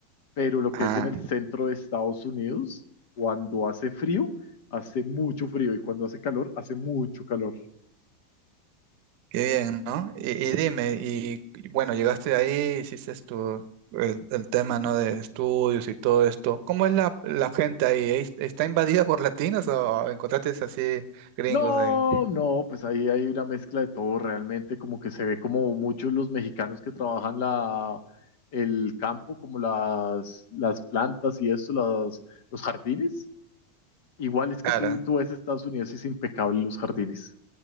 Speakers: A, on the left (about 45°); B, on the right (about 40°).
A: pero lo que
B: Ah,
A: es en el centro de Estados Unidos, cuando hace frío, hace mucho frío y cuando hace calor, hace mucho calor.
B: qué bien, ¿no? Y, y dime, y, y bueno, llegaste ahí, hiciste tu, el, el tema, ¿no? De estudios y todo esto. ¿Cómo es la, la gente ahí? ¿Es- ¿Está invadida por latinos o encontraste así gringos
A: No,
B: ahí?
A: no, pues ahí hay una mezcla de todo, realmente como que se ve como muchos los mexicanos que trabajan la, el campo, como las, las plantas y esto, las, los jardines. Igual es que
B: Claro,
A: tú, tú ves Estados Unidos y es impecable los jardines.